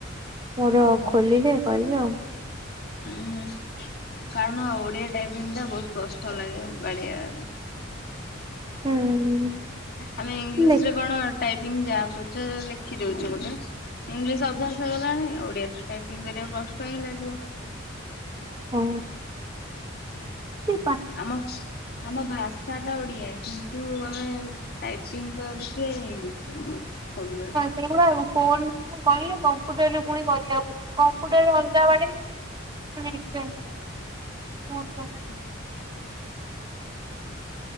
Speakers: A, on the right (about 20°); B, on the left (about 50°).
A: ମୋର
B: ଆଉ ହଉ
A: ଖୋଲିଲେ କହିବି ଆଉ।
B: ହୁଁ କାରଣ ଓଡ଼ିଆ ଟାଇପିଙ୍ଗ ଟା ବହୁତ କଷ୍ଟ ଲାଗେ ବାଡ଼େଇବା ପାଇଁ।
A: ହୁଁ ହୁଁ।
B: ଆମେ ଇଂଲିଶ
A: ଦେଖ
B: ରେ କଣ ଟାଇପିଙ୍ଗ ଯାହା ପାରୁଚେ ଲେଖି ଦଉଚେ ଗୋଟେ। ଇଂଲିଶ ଅଭ୍ୟାସ ହେଇଗଲାଣି ଓଡ଼ିଆ ଟା ଟାଇପିଙ୍ଗ କରିବାକୁ କଷ୍ଟ ହିଁ ଲାଗିବ।
A: ହଁ ସେ ପା
B: ଆମ ସ୍ ଆମ ଭାଷା ଟା ଓଡ଼ିଆ କିନ୍ତୁ ଆମେ ଟାଇପିଙ୍ଗ କରୁଚେ ଇଂଲିଶ ରେ ସବୁବେଳେ।
A: ସେଇ ଗୁଡ଼ା ଉଁ ଫୋନ କରିଲେ କମ୍ପ୍ୟୁଟରରେ ଫୁଣି କରିବାକୁ ପଡ଼ୁଚି କ କମ୍ପୁଟର ରେ ଅଲଗା ବାଡ଼େଇ ହୁଏ <unintelligible>
B: ହଁ